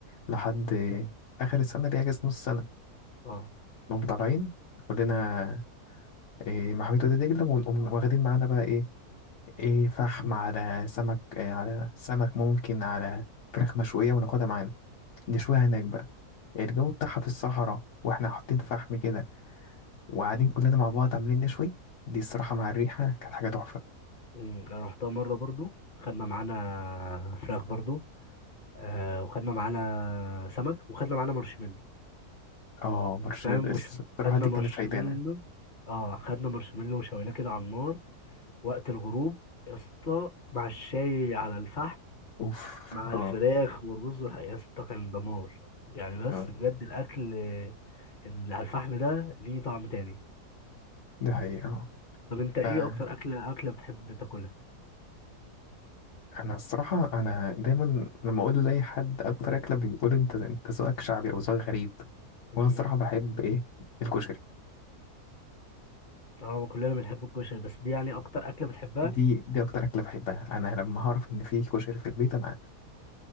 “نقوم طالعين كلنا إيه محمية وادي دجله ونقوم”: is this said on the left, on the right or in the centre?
Left